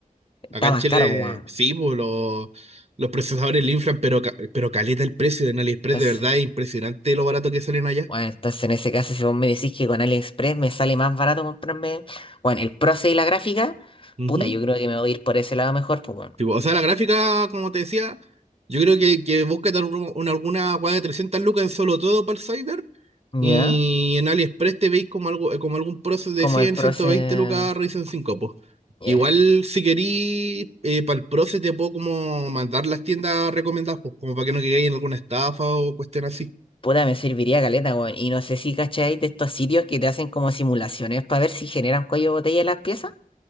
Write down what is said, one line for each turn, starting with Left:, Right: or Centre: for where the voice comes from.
Left: está
Right: acá en
Left: más
Right: Chile
Left: caro, pues,
Right: sí, pues, los, los procesadores le inflan, pero, ca- pero caleta el precio en AliExpress,
Left: weón.
Right: de verdad es impresionante lo barato que salen allá.
Left: Bueno, entonces en ese caso, si vos me decís que con AliExpress me sale más barato comprarme, bueno, el proceso y la gráfica,
Right: Ujú.
Left: puta, yo creo que me voy a ir por ese lado mejor, pues bueno.
Right: Tipo, o sea, la gráfica, como te decía, yo creo que, que busca dar una- alguna weá de 300 lucas en solo todo para el Cyber.
Left: ¿Ya?
Right: Y en AliExpress te veis como, algo, como algún proceso de
Left: Como
Right: cien
Left: el proceso...
Right: ciento veinte lucas Ryzen cinco pues.
Left: Ya.
Right: Igual, si querís, eh, para el proceso te puedo como mandar las tiendas recomendadas, pues, como para que no quedéis en alguna estafa o cuestión así.
Left: Puta, me serviría caleta, weón. Y no sé si cacháis de estos sitios que te hacen como simulaciones para ver si generan cuello de botella las piezas